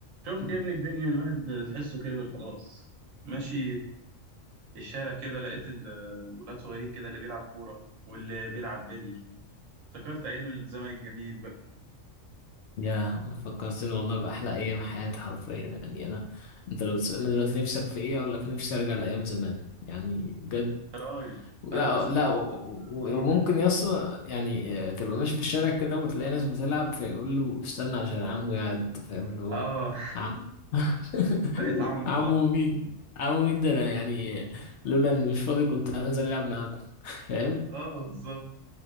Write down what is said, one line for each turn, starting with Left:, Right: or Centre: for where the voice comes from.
Right: شفت يا ابني الدنيا الواحد تحسه كبر خلاص ماشي الشارع كده لقيت الولاد صغيرين كده اللي بيلعب كورة واللي بيلعب بيلي افتكرت أيام الزمن الجميل بقى
Left: يا فكرتني والله بأحلى أيام حياتي حرفيا يعني أنا أنت لو بتسألني دلوقتي نفسك في إيه أقول لك نفسي أرجع لأيام زمان يعني بجد
Right: يا راجل
Left: لا
Right: أنا في سبحان
Left: لا و-
Right: الله
Left: و-
Right: بقول
Left: وممكن يص يعني آه، تبقى ماشي في الشارع كده وتلاقي ناس بتلعب فيقول له استنى عشان عمو يعد فاهم اللي هو
Right: آه
Left: عمو <laughs>
Right: <laughs> بقيت عمو
Left: عمو
Right: خلاص
Left: مين عمو مين ده أنا يعني آه، لولا إني مش فاضي كنت هنزل ألعب معاكم <laughs> فاهم
Right: آه بالظبط